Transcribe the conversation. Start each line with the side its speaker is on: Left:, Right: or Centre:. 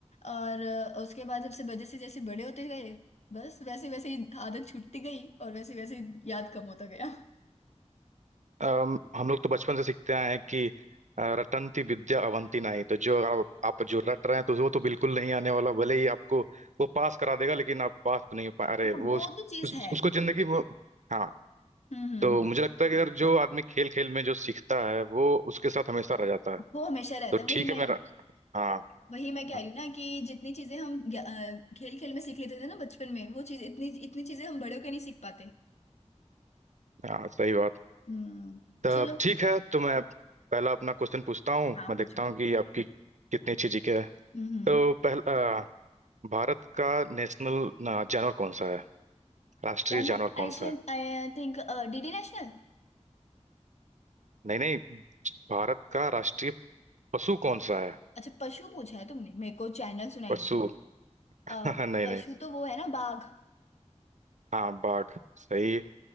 Left: और अ, उसके बाद जब से जैसे जैसे बड़े होते गए बस वैसे वैसे ही आदत छूटती गई और वैसे वैसे याद कम होता गया
Right: अम, हम लोग तो बचपन से सीखते आए हैं कि अ, रटंती विद्या अवंती नहीं तो जो अगर आप, आप जो रट रहे हैं तो वो तो बिल्कुल नहीं आने वाला भले ही आपको वो पास करा देगा लेकिन आप पास तो नहीं हो पा अरे
Left: हाँ,
Right: वो
Left: वो
Right: उस,
Left: तो चीज
Right: उस,
Left: है
Right: उसको जिंदगी में हाँ
Left: हम्म हम्म
Right: तो
Left: हम्म।
Right: मुझे लगता है कि अगर जो आदमी खेल खेल में जो सीखता है वो उसके साथ हमेशा रह जाता है
Left: वो हमेशा रहता
Right: तो
Left: है वही
Right: ठीक
Left: मैं
Right: है मेरा हाँ
Left: वही मैं कह
Right: हाँ
Left: रही हूँ ना कि जितनी चीजें हम खेल खेल में सीख लेते थे ना बचपन में वो चीज इतनी इतनी चीजें हम बड़े होकर नहीं सीख पाते
Right: हाँ सही बात
Left: हम्म
Right: तब
Left: चलो
Right: ठीक है तो मैं पहला अपना क्वेश्चन पूछता हूँ
Left: हाँ
Right: मैं
Left: पूछो
Right: देखता हूँ कि आपकी कितनी अच्छी जीके है
Left: हम्म
Right: तो पहला भारत का नेशनल जानवर कौन सा है राष्ट्रीय
Left: National
Right: जानवर कौन सा है
Left: I think DD National
Right: नहीं नहीं भारत का राष्ट्रीय पशु कौन सा है
Left: अच्छा पशु पूछा है तुमने मेरे को चैनल सुनाई
Right: पशु
Left: दिया
Right: <laughs>
Left: अ,
Right: बाघ नहीं
Left: पशु
Right: नहीं
Left: तो वो है ना बाघ हाँ
Right: हाँ बाघ सही